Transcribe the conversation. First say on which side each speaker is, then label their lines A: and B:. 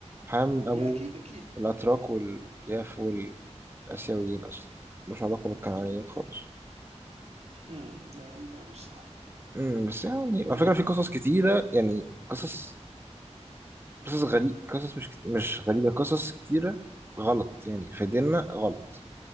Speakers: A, on the right (about 20°); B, on the right (about 65°).
A: حام أبو
B: ما اكيد اكيد
A: الأتراك والياف والآسيويين أصلا ملوش علاقة بالكنعانيين خالص
B: هم، ده غريب قوي الصراحه
A: مم، بس يعني
B: مم،
A: على فكرة في قصص كتيرة يعني قصص قصص غريب قصص مش كتير مش غريبة قصص كتيرة غلط يعني في ديننا غلط